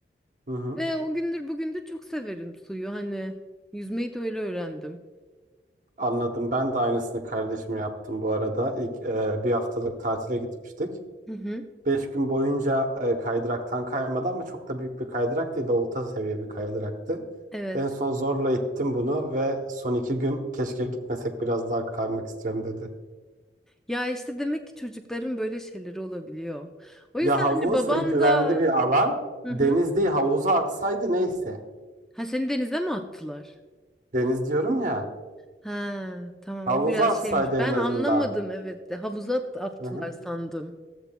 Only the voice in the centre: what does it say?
Ve o gündür bugündür çok severim suyu. Hani yüzmeyi de öyle öğrendim.
Hı hı.
Evet.
Ya işte demek ki çocukların böyle şeyleri olabiliyor. O
yüzden
hani baban
da
Hı
hı.
Ha seni denize mi attılar?
Ha tamam
o biraz
şeymiş. Ben
anlamadım evet de havuza at- attılar
sandım.